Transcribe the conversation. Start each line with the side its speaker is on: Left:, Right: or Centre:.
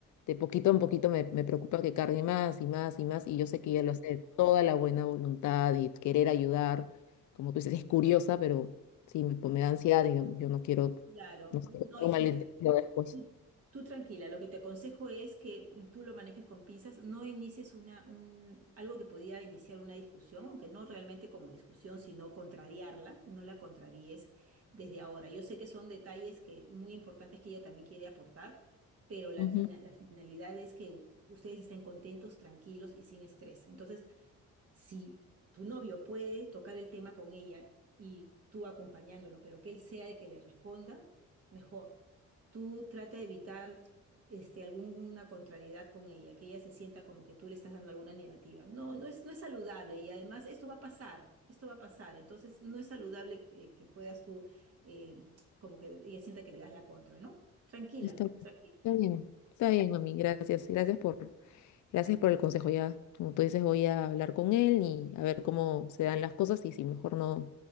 Left: de poquito en poquito me, me preocupa que cargue más y más y más, y yo
Right: así
Left: sé que ella
Right: es,
Left: lo hace de toda la buena voluntad y querer ayudar, como tú dices, es curiosa, pero sí, me, pues me da ansiedad y yo, yo no quiero,
Right: claro.
Left: no sé,
Right: No,
Left: un
Right: hijita,
Left: malentendido después.
Right: tú, tú tranquila, lo que te aconsejo es que tú lo manejes con pinzas, no inicies una, un, algo que podía iniciar una discusión, aunque no realmente como discusión, sino contrariarla, no la contraríes desde ahora. Yo sé que son detalles que, muy importantes que ella también quiere aportar, pero la,
Left: Ujú.
Right: fina- la finalidad es que ustedes estén contentos, tranquilos y sin estrés. Entonces, si tu novio puede tocar el tema con ella y tú acompañándolo, pero que él sea el que le responda, mejor. Tú trata de evitar este, alguna contrariedad con ella, que ella se sienta como que tú le estás dando alguna negativa. No, no es, no es saludable y además esto va a pasar, esto va a pasar. Entonces no es saludable que, que puedas tú, eh, como que ella sienta que le das la contra, ¿no? Tranquila,
Left: Está, está
Right: tranquila.
Left: bien, está bien, mami, gracias, gracias por Gracias por el consejo. Ya, como tú dices, voy a hablar con él y a ver cómo se dan las cosas y si mejor no.